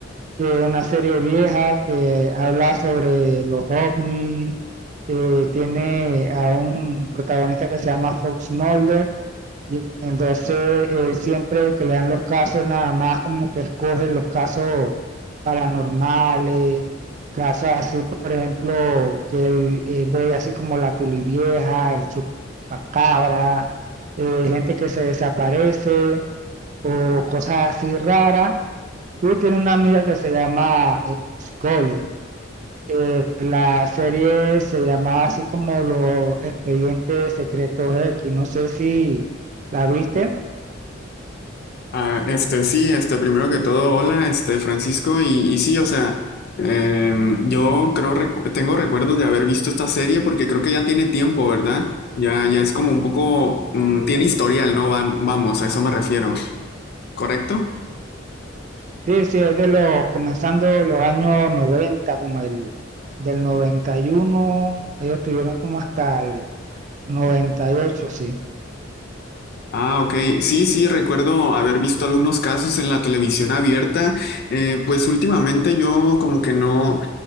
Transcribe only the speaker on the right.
que una serie vieja que habla sobre los ovnis, eh, tiene a un protagonista que se llama Fox Mulder y entonces él siempre que le dan los casos, nada más como que escoge los casos paranormales, casos así, por ejemplo, que él eh, ve así como la tulivieja, el chupacabra, eh, gente que se desaparece o cosas así raras. Y tiene una amiga que se llama eh, Scully. Eh, la serie se llamaba así como Los Expedientes Secretos X. No sé si la viste.
Sí, sí, es de los, comenzando los años 90, como el del noventa y uno, ellos tuvieron como hasta el 98, sí.